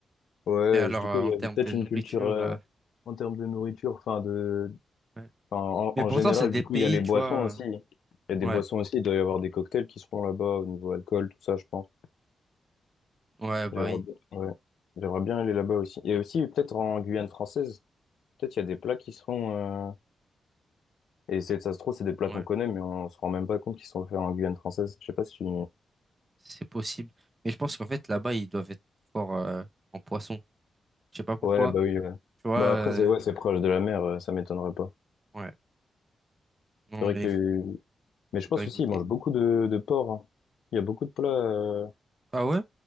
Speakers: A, on the left (about 80°); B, on the right (about 25°).
A: Ouais,
B: Mais alors,
A: je- du
B: euh,
A: coup, il
B: en
A: y
B: termes
A: avait peut-être
B: de nourriture,
A: une culture euh,
B: euh,
A: en termes de nourriture, enfin de,
B: ouais.
A: enfin, en,
B: Mais
A: en
B: pourtant,
A: général,
B: c'est des
A: du
B: pays,
A: coup, il y a les
B: tu
A: boissons
B: vois. euh,
A: aussi. Il y a des
B: Ouais,
A: boissons aussi, il doit y avoir des cocktails qui se font là-bas au niveau alcool, tout ça, je pense.
B: ouais, bah
A: J'aimerais
B: oui,
A: bien, ouais. J'aimerais bien aller là-bas aussi. Et aussi, peut-être en Guyane française, peut-être il y a des plats qui se font, euh, et c'est, ça se trouve, c'est des plats
B: ouais,
A: qu'on connaît, mais on se rend même pas compte qu'ils sont faits en Guyane française. Je sais pas si tu...
B: c'est possible. Mais je pense qu'en fait, là-bas, ils doivent être forts euh, en poisson. Je sais pas pourquoi.
A: Ouais, bah oui, ouais.
B: Tu vois,
A: Bah
B: euh,
A: après, c'est, ouais, c'est proche de la mer, euh, ça m'étonnerait pas.
B: ouais. Non,
A: C'est vrai
B: mais
A: qu'il y a eu Mais je
B: Faudrait
A: pense aussi,
B: goûter.
A: ils mangent beaucoup de, de porc. hein. Il y a beaucoup de plats. euh,
B: Ah ouais?